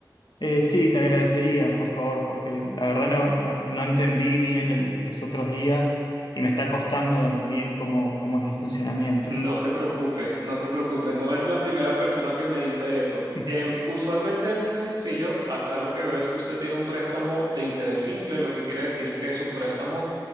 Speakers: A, on the left; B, on the right.
A: Eh, sí, te agradecería, por favor, porque la verdad no, no, no entendí bien el- los otros días y me está costando bien cómo, cómo es el funcionamiento.
B: No se preocupe, no se preocupe, no es la primera persona que me dice eso.
A: <laughs>
B: Em, usualmente es muy sencillo, acá lo que veo es que usted tiene un préstamo de interés simple, lo que quiere decir que su préstamo